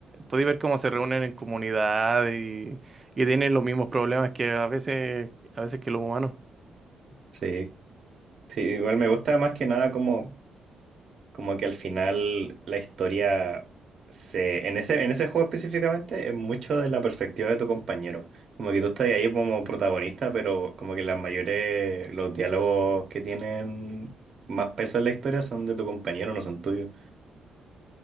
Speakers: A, on the right (about 20°); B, on the right (about 40°).
A: podéis ver cómo se reúnen en comunidad y, y tienen los mismos problemas que a veces, a veces que los humanos.
B: Sí. Sí, igual me gusta más que nada como, como que al final la historia se, en ese, en ese juego específicamente es mucho de la perspectiva de tu compañero. Como que tú estás ahí como protagonista, pero como que las mayores, los diálogos que tienen más peso en la historia son de tu compañero, no son tuyos.